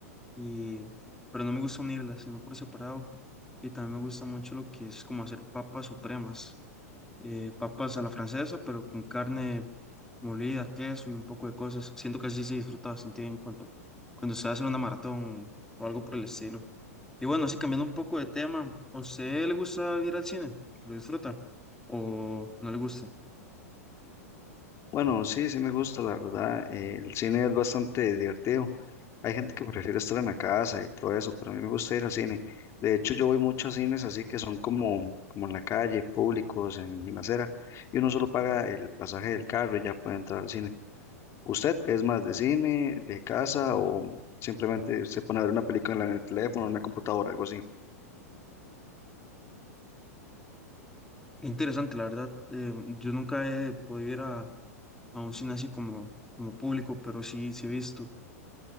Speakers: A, in the centre; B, on the left.
A: Y, pero no me gusta unirlas, sino por separado. Y también me gusta mucho lo que es como hacer papas supremas, eh, papas a la francesa, pero con carne molida, queso y un poco de cosas. Siento que así se disfruta bastante bien cuando, cuando se hace una maratón o algo por el estilo. Y bueno, así cambiando un poco de tema, ¿a usted le gusta ir al cine? ¿Lo disfruta? ¿O no le gusta?
B: Bueno, sí, sí me gusta, la verdad. eh, el cine es bastante divertido. Hay gente que prefiere estar en la casa y todo eso, pero a mí me gusta ir al cine. De hecho, yo voy mucho a cines así que son como, como en la calle, públicos, en la acera, y uno solo paga el pasaje del carro y ya puede entrar al cine. ¿Usted es más de cine, de casa o simplemente se pone a ver una película en el teléfono, en una computadora, algo así?
A: Es interesante, la verdad. eh, yo nunca he podido ir a, a un cine así como, como público, pero sí, sí he visto.